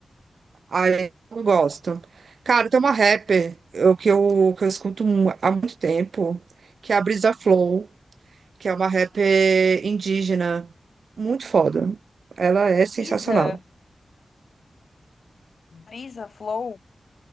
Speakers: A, on the right; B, on the left.
A: aí eu gosto. Cara, tem uma rapper eu, que, eu, que eu escuto mu- há muito tempo, que é a Brisa Flow, que é uma rapper indígena, muito foda. Ela é sensacional.
B: Brisa, Brisa Flow.